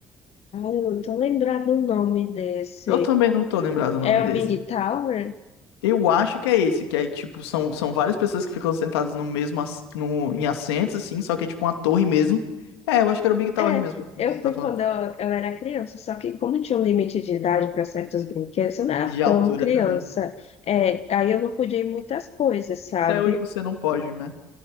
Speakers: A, on the left; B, on the left.
A: Ah, eu não tô lembrando o nome desse.
B: Eu também não tô lembrado o nome
A: É
B: desse.
A: o Big Tower?
B: Eu acho que é esse, que aí, tipo, são, são várias pessoas que ficam sentadas no mesmo, ass- no, em assentos, assim, só que é tipo uma torre mesmo. É, eu acho que era o Big Tower
A: É,
B: mesmo, que
A: eu
B: você tá
A: fui
B: falando.
A: quando eu, eu era criança, só que como tinha um limite de idade para certos brinquedos, eu não era
B: De
A: tão
B: altura
A: criança.
B: também.
A: É, aí eu não podia ir em muitas coisas, sabe?
B: Até hoje você não pode, né?